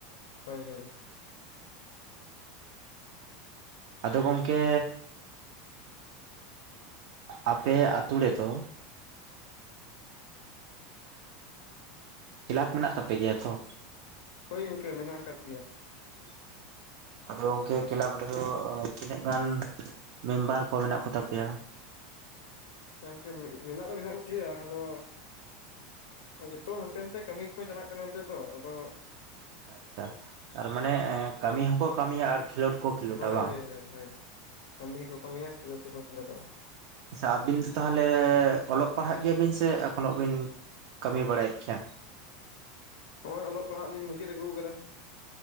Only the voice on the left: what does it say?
ᱦᱳᱭ ᱦᱳᱭ
ᱦᱳᱭ ᱜᱚᱝᱠᱮ ᱢᱮᱱᱟᱜ ᱟᱠᱟᱫ ᱜᱮᱭᱟ᱾
ᱥᱮ ᱜᱚᱝᱠᱮ ᱢᱮ ᱢᱮᱱᱟᱜ ᱫᱚ ᱢᱮᱱᱟᱜ ᱠᱚᱜᱮᱭᱟ ᱟᱫᱚ ᱟ ᱡᱚᱛᱚ ᱦᱟᱱᱛᱮ ᱱᱟᱛᱮ ᱠᱟᱹᱢᱤ ᱠᱚ ᱪᱟᱞᱟᱜ ᱠᱟᱱᱟ ᱱᱤᱛᱚᱜ ᱫᱚ ᱟᱫᱚ
ᱦᱳᱭ
ᱦᱳᱭ ᱦᱳᱭ ᱦᱳᱭ ᱠᱟᱹᱢᱤ ᱦᱚᱸ ᱠᱚ ᱠᱟᱹᱢᱤᱭᱟ ᱠᱷᱮᱞᱳᱰ ᱦᱚᱸ ᱠᱚ ᱠᱷᱮᱞᱳᱰᱚᱜ-ᱟ᱾
ᱦᱚᱜ-ᱚᱭ ᱚᱞᱚᱜ ᱯᱟᱲᱦᱟᱜ ᱞᱤᱧ ᱢᱩᱪᱟᱹᱫ ᱟᱜᱩ ᱠᱟᱫᱟ᱾